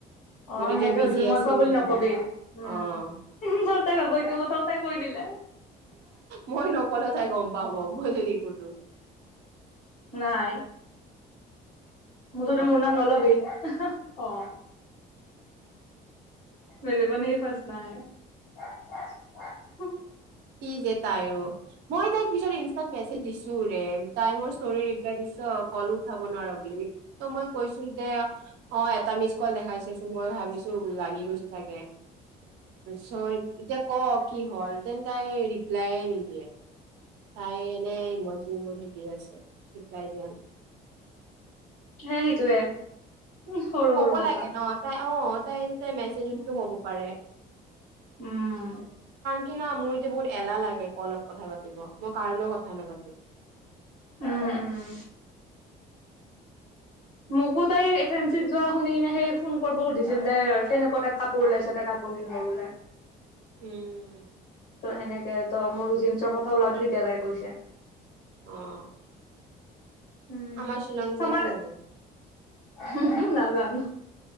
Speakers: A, on the left; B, on the right.
A: অ'
B: মই তেতিয়া
A: সেনেকে
B: বিজি
A: সুধিবি মই
B: আছিলো
A: কোৱা বুলি
B: সেইকাৰণে।
A: নকবি উম।
B: অ',
A: তাই ভাবো এইটো কথাও তাই কৈ দিলে
B: মই নকলেওঁ তাই গম পাব। মই যদি সুধু।
A: নাই মুঠতে মোৰ
B: তাই
A: নাম নলবি অ মেৰেকো নেহী ফচনা হ্যেয়্‌।
B: কি যে তাইয়ো মই তাইক পিছত ইনষ্টাত মেছেজ দিছো ৰে তাই মোৰ ষ্টৰি ৰিপ্লাই দিছ কলো উঠাব নোৱাৰো বুলি ত মই কৈছো যে অ এটা মিছ কল দেখাইছে মই ভাবিছো লাগি গৈছে চাগে। চয় এতিয়া কওক কি হ'ল। ডেন কাই ৰিপ্লাই নিদিয়ে তাই এনে ই মজি-ইমজি দি আছে ৰিপ্লাই দিয়া নাই
A: হে সেইটোৱে উম, সৰু
B: ত‌ই ক'ব
A: সৰু কথাত
B: লাগে ন। তাই অ', তাই তাতে মেছেজতটো
A: উম।
B: ক'ব পাৰে।
A: উম
B: কিনা, মোৰ এতিয়া বহুত এলাহ লাগে কলত কথা পাতিব। মই কাৰো লৈ কথা নাপাতো।
A: উম, উম। মোকো তাই সেই ফেঞ্চিত যোৱা শুনি কিনে সেই ফোন কৰিব সুধিছিল দে কেনেকুৱা টাইপ কাপোৰ ওলাইছে তাই কাপোৰ কিনিব বোলে
B: উম
A: ত' সেনেকে ত মোৰ জিন্সৰ কথা ওলাওঁতে তেতিয়া তাই কৈছে।
B: অ'
A: উম',
B: আমাৰ শ্বিলং
A: সমাতে
B: যোৱা কি হ'ব
A: উহো উহো নাজানো।